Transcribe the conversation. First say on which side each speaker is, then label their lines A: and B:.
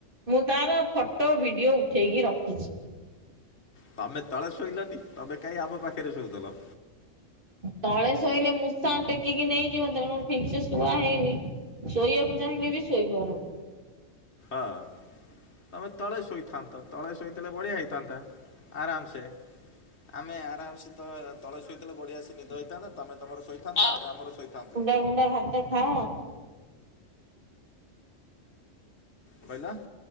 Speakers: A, on the right; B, on the left.
A: ମୁଁ ତାର ଫଟୋ ଭିଡିଓ ଉଠେଇକି ରଖିଚି।
B: ତମେ ତଳେ ଶୋଇଲନି ତମେ କାଇଁ ଆମ ପାଖେରେ ଶୋଇଥେଲ।
A: ତଳେ ଶୋଇଲେ ମୂଷା ଟେକିକି ନେଇଯିବ ତେଣୁ ଠିକ୍ ସେ ଶୁଆ ହେଇନି। ଶୋଇଆକୁ ଚାହିଁଲେ ବି ଶୋଇପାରୁନି।
B: ଅଁ ତମେ ତଳେ ଶୋଇଥାନ୍ତ ତଳେ ଶୋଇଥେଲେ ବଢିଆ ହେଇଥାନ୍ତା ଆରାମସେ ସେ ଆମେ ଆରାମ ସେ ତ ତଳେ ଶୋଇଥିଲେ ବଢିଆ ସେ ନିଦ ହେ ଥାନ୍ତା ତମେ ତମର ଶୋଇଥାନ୍ତ ଆମେ ଆମର ଶୋଇଥାନ୍ତୁ।
A: ଗୁଣ୍ଡାଏ ଭାତ ଖାଅ।
B: କ'ଣ କହିଲ